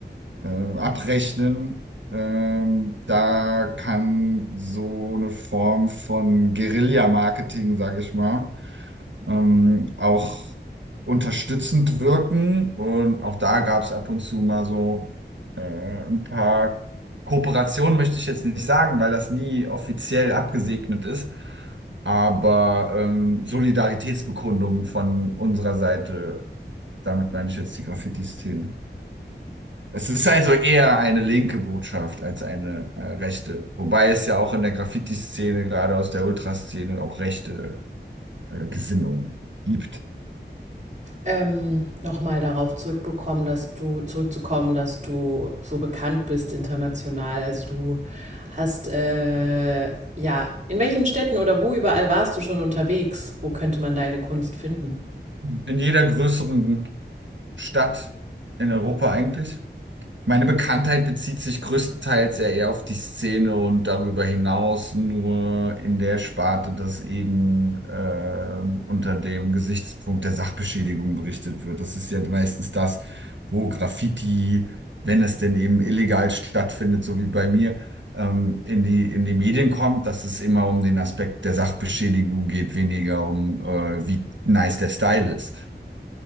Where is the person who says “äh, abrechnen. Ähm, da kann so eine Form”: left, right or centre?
Right